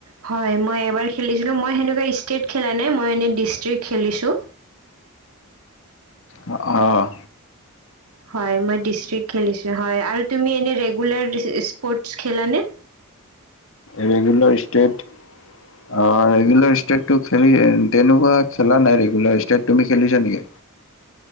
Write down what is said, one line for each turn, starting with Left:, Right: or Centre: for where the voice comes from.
Right: হয় মই এবাৰ খেলিছিলোঁ মই সেনেকুৱা ষ্টেট খেলা নাই মই এনেই ডিষ্ট্ৰিক্ খেলিছোঁ।
Left: অ'
Right: হয় মই ডিষ্ট্ৰিক খেলিছো, হয়। আৰু তুমি এনে <unintelligible> স্পৰ্টছ খেলা নে?
Left: ৰেগুলাৰ ষ্টেট, অ' ৰেগুলাৰ ষ্টেটটো খেলি তেনেকুৱা খেলা নাই ৰেগুলাৰ ষ্টেট, তুমি খেলিছা নেকি?